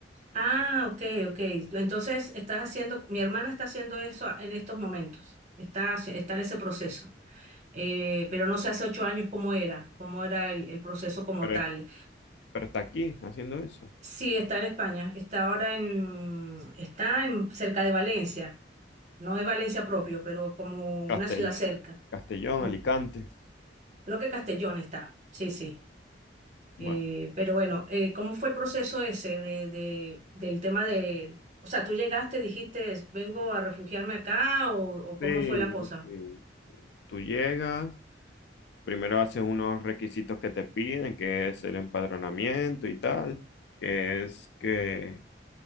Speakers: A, on the right (about 40°); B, on the left (about 65°).
A: Ah, ok, ok. Entonces estás haciendo, mi hermana está haciendo eso en estos momentos. Está, haci- está en ese proceso. eh, pero no sé hace ocho años cómo era, cómo era el, el proceso como
B: Pero,
A: tal.
B: pero está aquí haciendo eso.
A: Sí, está en España, está ahora en, está en, cerca de Valencia, no es Valencia propio, pero como una
B: Castell-
A: ciudad cerca.
B: Castellón,
A: Mm,
B: Alicante.
A: Creo que Castellón está, sí, sí.
B: Bueno,
A: Eh, pero bueno, eh, ¿cómo fue el proceso ese de, de- del tema de, o sea, tú llegaste, dijiste, vengo a refugiarme acá o, o cómo
B: sí,
A: fue la cosa?
B: sí. Tú llegas. Primero haces unos requisitos que te piden, que es el empadronamiento y tal, que es que